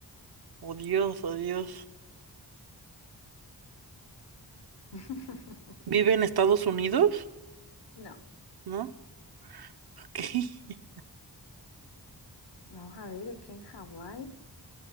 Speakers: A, on the right; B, on the left.
A: Oh Dios, oh Dios.
B: <laughs>
A: Vive en Estados Unidos,
B: No.
A: ¿no? Ok. <laughs>
B: Vamos a ver, es que en Hawái,